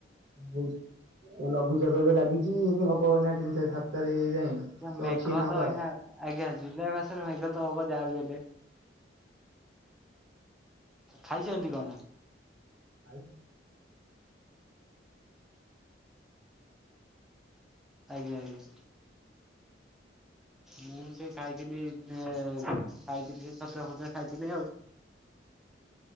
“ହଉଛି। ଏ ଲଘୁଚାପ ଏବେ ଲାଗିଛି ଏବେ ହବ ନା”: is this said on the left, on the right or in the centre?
Right